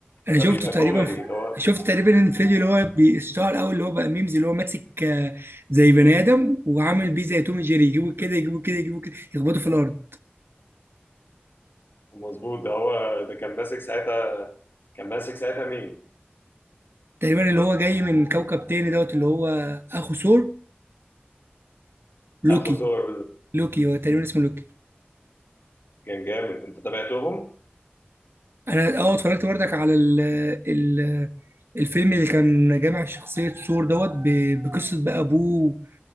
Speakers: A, on the right; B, on the left.
A: انا
B: فبيبقى
A: شفته تقريبا
B: كوميدي اللي هو
A: شفت تقريبا الفيديو اللي هو بيشتهر قوي اللي هو بقى ميمز اللي هو ماسك آه، زي بني ادم وعامل بيه زي توم جيري يجيبوا كده يجيبوا كده يجيبوا كده يخبطوا في الارض
B: مظبوط ده هو ده كان ماسك ساعتها كان ماسك ساعتها مين؟
A: تقريبا اللي هو جاي من كوكب تاني دوت اللي هو اخو ثور لوكي
B: اخو سور
A: لوكي هو تقريبا اسمه لوكي
B: كان جامد انت تابعتهم؟
A: انا اه اتفرجت برضك على ال ال الفيلم اللي كان جامع شخصية ثور دوت ب- بقصة بقى ابوه